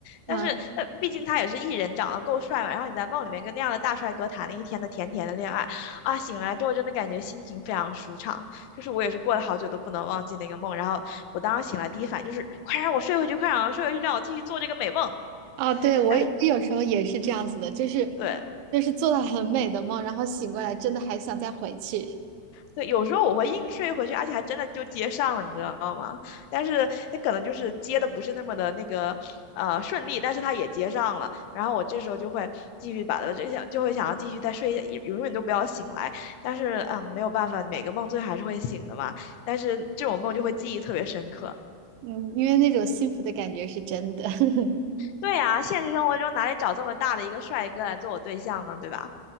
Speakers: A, on the left; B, on the right.
A: 但是，
B: 啊
A: 呃毕竟他也是艺人，长得够帅嘛。然后你在梦里面跟那样的大帅哥谈了一天的甜甜的恋爱，啊，醒来之后真的感觉心情非常舒畅。就是我也是过了好久都不能忘记那个梦。然后我当时醒来第一反应就是，快让我睡回去，快让我睡回去，让我继续做这个美梦。
B: 啊！对，我也我有时候也是这样子的，
A: 但是，
B: 就是
A: 对。
B: 就是做到很美的梦，然后醒过来真的还想再回去，
A: 对，有时候我会硬睡回去，而且还真的就接上了，你知道吗？但是他可能就是接的不是那么的那个呃顺利，但是他也接上了。然后我这时候就会继续把它就想就会想要继续再睡一下，也永远都不要醒来。但是嗯，没有办法，每个梦最后还是会醒的嘛。但是这种梦就会记忆特别深刻。
B: 嗯，因为那种幸福的感觉是真的。<laughs>
A: 对呀，现实生活中哪里找这么大的一个帅哥来做我对象呢？对吧？